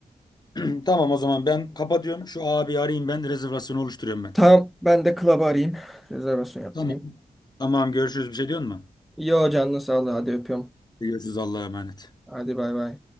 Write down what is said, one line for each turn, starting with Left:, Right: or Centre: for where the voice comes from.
Left: <clears throat> Tamam o zaman ben kapatıyorum. Şu abi arayayım ben rezervasyonu oluşturuyorum ben.
Centre: Tamam ben de club'ı arayayım. Rezervasyon yaptırayım.
Left: Tamam. Tamam görüşürüz. Bir şey diyor mu?
Centre: Yo canını sağlığı hadi öpüyorum.
Left: Görüşürüz Allah'a emanet.
Centre: Hadi bay bay.